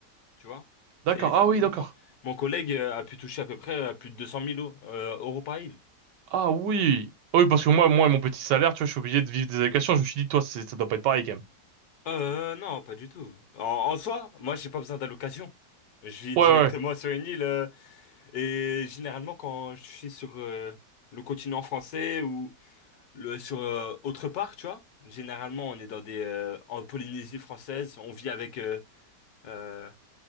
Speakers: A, on the left; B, on the right.
A: Tu vois?
B: D'accord.
A: C'est c'est
B: Ah
A: débutant.
B: oui, d'accord.
A: Mon collègue euh, a pu toucher à peu près à plus de 200 000 euros euh, euros par île.
B: Ah oui. Ah Oui, parce que moi, moi, mon petit salaire, tu vois, je suis obligé de vivre des allocations. Je me suis dit, toi, c'est- ça doit pas être pareil quand même.
A: Euh, non, pas du tout. En, en soi, moi, j'ai pas besoin d'allocation. Je vis
B: Ouais,
A: directement
B: ouais. ouais.
A: sur une île. euh, et généralement, quand je suis sur euh, le continent français ou le, sur euh, autre part, tu vois, généralement, on est dans des, euh, en Polynésie française, on vit avec euh, euh,